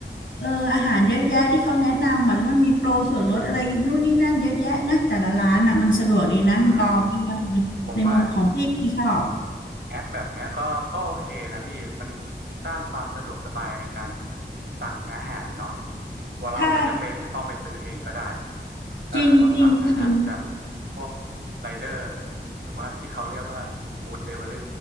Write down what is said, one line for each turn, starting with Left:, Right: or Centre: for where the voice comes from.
Left: เอออาหารเยอะแยะที่เขาแนะนำอ่ะแล้วมันมีโปรส่วนลดอะไรนู่นนี่นั่นเยอะแยะนะแต่ละร้านอ่ะมันสะดวกดีนะคุณปอพี่ว่านะในมุมของพี่พี่ชอบ
Right: อืมผมว่าแอปแบบเนี้ยก็ก็โอเคนะพี่มันสร้างความสะดวกสบายในการสั่งอาหารเนาะว่าเราไม่จำเป็นจะต้องไปซื้อเองก็ได้
Left: ใช่
Right: เออเราสั่งอาหารจาก
Left: จริงจริงจริง
Right: พวกไรเดอร์หรือว่าที่เขาเรียกว่าฟู้ดเดลิเวอรี่